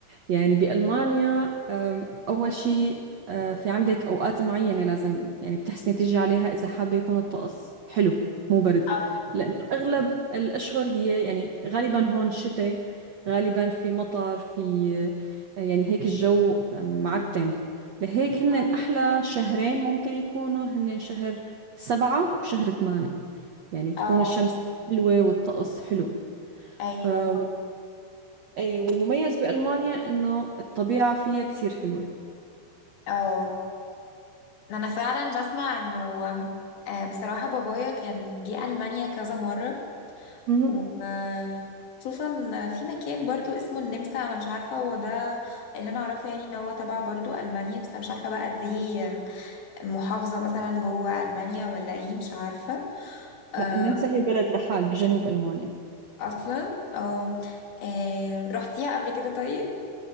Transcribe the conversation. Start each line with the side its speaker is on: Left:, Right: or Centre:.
Right: يعني بألمانيا آم، أول شيء آه، في عندك أوقات معينة لازم يعني بتحسني تيجي عليها إذا حابة يكون الطقس حلو مو برد
Left: اه
Right: لأنه أغلب الأشهر هي يعني غالبا هون شتاء غالبا في مطر في آه، يعني هيك الجو آم، معتم لهيك هن
Left: اه
Right: أحلى شهرين ممكن يكونوا هن شهر سبعة وشهر ثمانية يعني بتكون
Left: اه
Right: الشمس حلوة والطقس حلو
Left: ايوه
Right: آه، إيه، والمميز بألمانيا إنه الطبيعة فيها كتير حلوة
Left: اه انا فعلا بسمع انه آه، بصراحة بابايا كان جه ألمانيا كذا مرة
Right: مهم.
Left: وخصوصا في مكان برضو اسمه النمسا انا مش عارفة هو ده اللي انا اعرفه يعني ان هو تبع برضو ألمانيا بس انا مش عارفة بقى دي محافظة مثلا جوه ألمانيا ولا ايه مش عارفة آه،
Right: لا النمسا هي بلد لحال بجنوب ألمانيا
Left: اصلا اه آه، رحتيها قبل كده طيب